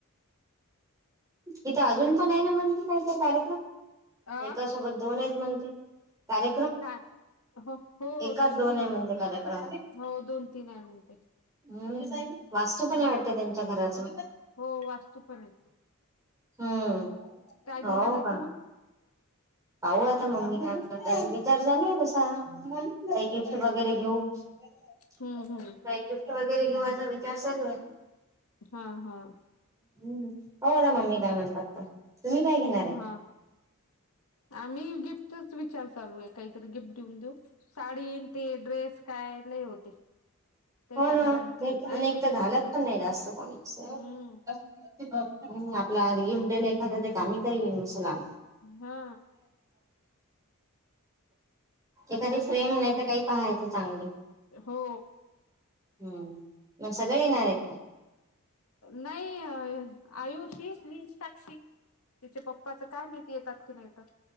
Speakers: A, on the right (about 15°); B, on the left (about 80°).
A: तिथं अजून पण आहे ना, म्हणते काही काय काय कार्यक्रम.
B: अ
A: एका सोबत दोन आहेत म्हण ते. कार्य
B: का हो हो
A: एकाच दोन
B: तीन
A: आहे म्हणते कार्यक्रम.
B: हो दोन तीन आहे म्हणते
A: हम्म वास्तू
B: हम्म
A: पण आहे वाटत त्यांच्या घराचं.
B: हो वास्तू पण आहे.
A: हम्म
B: काय घेणार
A: हो
B: आहेत
A: का
B: मग?
A: पाहू आता मम्मी काय म्हणतं आहे, विचार चालू आहे तसा. काही
B: हम्म
A: गिफ्ट वगैरे
B: हम्म
A: घेऊ, काही
B: हम्म हम्म
A: गिफ्ट वगैरे घेऊ असा विचार चालू आहे.
B: हां हां.
A: हम्म बघु आता मम्मी काय म्हणतात ते. तुम्ही काय घेणार? आहे
B: हां. आम्ही गिफ्टच विचार चालू आहे, काहीतरी गिफ्ट घेऊन देऊ साडीन‌. ते ड्रेस काय लय होते. त्याच्या
A: हो ना
B: घरात
A: ते
B: जे
A: अनेक
B: नाही
A: तर
B: ते
A: घालत पण नाही जास्त कोणी असं.
B: हम्म
A: हं आपला गिफ्ट <unintelligible> ते कामी तरी येईन मस्त. चला.
B: हा
A: एखादी फ्रेम नाही तर काही पाहायचं चांगली.
B: हो
A: हम्म. मग सगळे येणार आहेत का?
B: नाही आयुशी, मी, साक्षी. तिच्या पप्पाचं काय माहिती येतात की नाही आता.